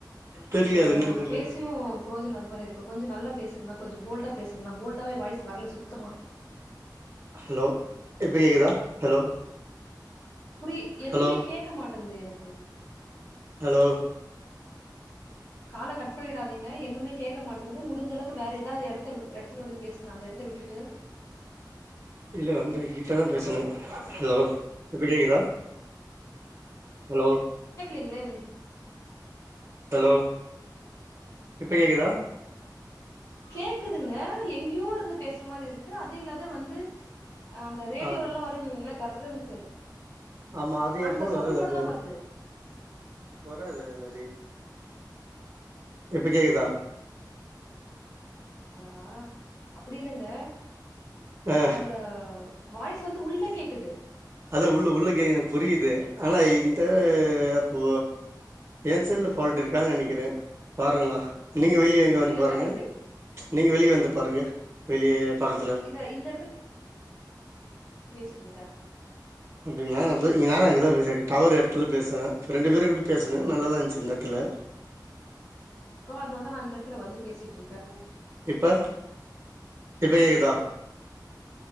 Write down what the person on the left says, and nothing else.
இது
நம்ம
பேசியும் புரோஜன் அது மாரி இருக்கும் கொஞ்ச நல்லா பேசுங்கன்னா கொஞ்ச போல்டுடா பேசுங்கன்னா போல்டாவே வாய்ஸ் வர்ல சுத்தமா
புரி என்னுமே
கேக்க மாட் வந்த எனக்கு
கால கட் பண்ணிடாதீங்க இன்னுமே கேக்க மாட்டன்து முடிஞ்ச அளவுக்கு வேற ஏதாவுது எடத்த எடத்துல வந்து பேசுங்க அந்த எடத்த விட்டுட்டு
இங்லேன்னே
கேக்குதுங்க எங்கியோ இருந்து பேசுற மாரி இருக்கு அது இல்லாத வந்து அந்த ரேடியோல
எல்லாம் வரு இல்லங்ள கர்னுட்டு
அந்த
சவுண்டோட
தா வருது
அடடா அப்டி இல்லங்க
உங்ளோட வாய்ஸ் வந்து உள்ள கேக்குது
புரியலங்க
எப்டி
இல்ல இந்த சுட்டு இருக்கேன்
அதுனால்தான் நான் இந்த இடத்துல வந்து பேசிட்டு இருக்கேன்